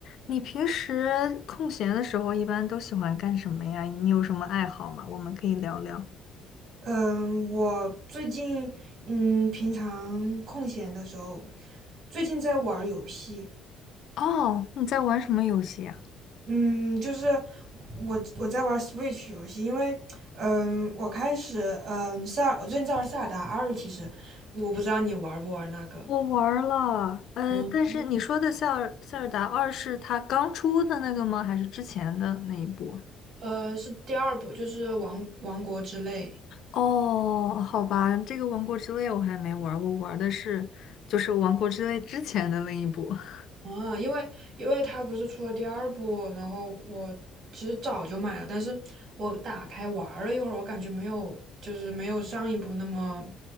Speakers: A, on the left; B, on the right.
A: 你平时空闲的时候一般都喜欢干什么呀？你有什么爱好吗？我们可以聊聊。
B: 嗯，我最近嗯，平常空闲的时候，最近在玩儿游戏。
A: 哦，你在玩什么游戏呀？
B: 嗯，就是我我在玩儿 Switch 游戏，因为嗯，我开始嗯塞尔，我最近在玩塞尔达二，其实我不知道你玩不玩那个，
A: 我玩儿了，呃，
B: 嗯，
A: 但是你说的《塞尔塞尔达二》是它刚出的那个吗？还是之前的那一部？
B: 呃，是第二部，就是王王国之泪。
A: 哦，好吧，这个《王国之泪》我还没玩儿，我玩儿的是就是《王国之泪》之前的那一部。<laughs>
B: 啊，因为因为它不是出了第二部，然后我其实早就买了，但是我打开玩儿了一会儿，我感觉没有，就是没有上一部那么